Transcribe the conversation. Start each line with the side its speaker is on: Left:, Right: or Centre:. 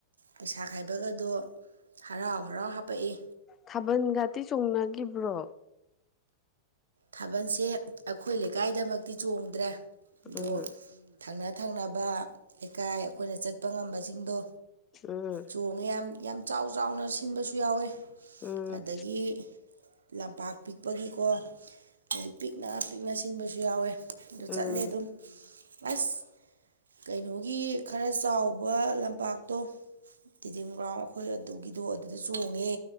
Right: ꯄꯩꯁꯥ ꯈꯥꯏꯕꯒꯗꯣ ꯍꯔꯥꯎ ꯍꯔꯥꯎ ꯍꯥꯄꯛꯏ
Left: ꯊꯥꯕꯜꯒꯇꯤ ꯆꯣꯡꯅꯈꯤꯕ꯭ꯔꯣ
Right: ꯊꯥꯕꯜꯁꯦ ꯑꯩꯈꯣꯏ ꯂꯩꯀꯥꯏꯗꯃꯛꯇꯤ ꯆꯣꯡꯗ꯭ꯔꯦ ꯑꯗꯨ
Left: ꯎꯝ
Right: ꯊꯪꯅ ꯊꯪꯅꯕ ꯂꯩꯀꯥꯏ ꯑꯩꯈꯣꯏꯅ ꯆꯠꯄ ꯉꯝꯕꯁꯤꯡꯗꯣ
Left: ꯎꯝ
Right: ꯆꯣꯡꯉꯦ ꯌꯥꯝ ꯌꯥꯝ ꯆꯥꯎ ꯆꯥꯎꯅ ꯁꯤꯟꯕꯁꯨ ꯌꯥꯎꯋꯦ
Left: ꯎꯝ
Right: ꯑꯗꯒꯤ ꯂꯝꯄꯥꯛ ꯄꯤꯛꯄꯒꯤꯀꯣ ꯑꯩ ꯄꯤꯛꯅ ꯄꯤꯛꯅ ꯁꯤꯟꯕꯁꯨ ꯌꯥꯎꯋꯦ ꯑꯗꯨ
Left: ꯎꯝ
Right: ꯆꯠꯂꯦ ꯑꯗꯨꯝ ꯑꯁ ꯀꯩꯅꯣꯒꯤ ꯈꯔ ꯆꯥꯎꯕ ꯂꯝꯄꯥꯛꯇꯣ ꯇꯤꯗꯤꯦꯝ ꯒ꯭ꯔꯥꯎꯟ ꯑꯩꯈꯣꯏ ꯑꯗꯨꯒꯤꯗꯣ ꯑꯗꯨꯗ ꯆꯣꯡꯉꯦ